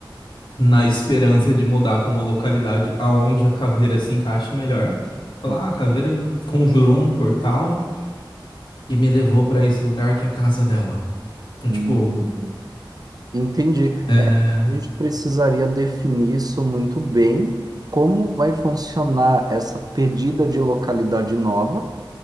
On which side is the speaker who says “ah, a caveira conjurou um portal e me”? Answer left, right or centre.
Left